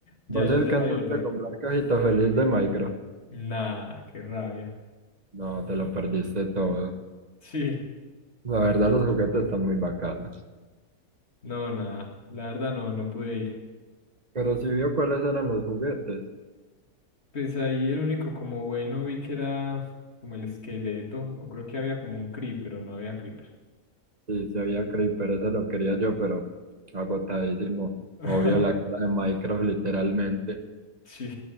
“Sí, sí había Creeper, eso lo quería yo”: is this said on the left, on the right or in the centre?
Right